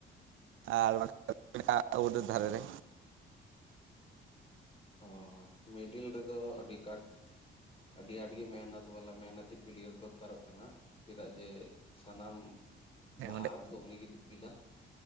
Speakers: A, on the right; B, on the left.
A: ᱟᱨ ᱵᱟᱝᱠᱷᱟᱡ ᱟᱣᱩᱴ ᱰᱳᱨ ᱫᱷᱟᱨᱮ ᱨᱮ᱾
B: ᱚ, ᱢᱤᱰᱤᱞ ᱨᱮᱫᱚ ᱟᱹᱰᱤ ᱠᱟᱴ ᱟᱹᱰᱤ ᱟᱹᱰᱤ ᱢᱮᱦᱱᱚᱛ ᱵᱟᱞᱟ ᱢᱮᱦᱚᱱᱚᱛᱤ ᱯᱤᱞᱟᱭᱟᱹᱨ ᱫᱚᱨᱠᱟᱨᱚᱜ ᱠᱟᱱᱟ᱾ ᱪᱮᱫᱟᱜ ᱡᱮ ᱥᱟᱱᱟᱢ
A: ᱦᱮᱸ
B: ᱵᱟᱦᱟᱨ
A: ᱚᱸᱰᱮ
B: ᱫᱚ ᱩᱱᱤᱜᱮ ᱫᱤᱯᱤᱞᱟ᱾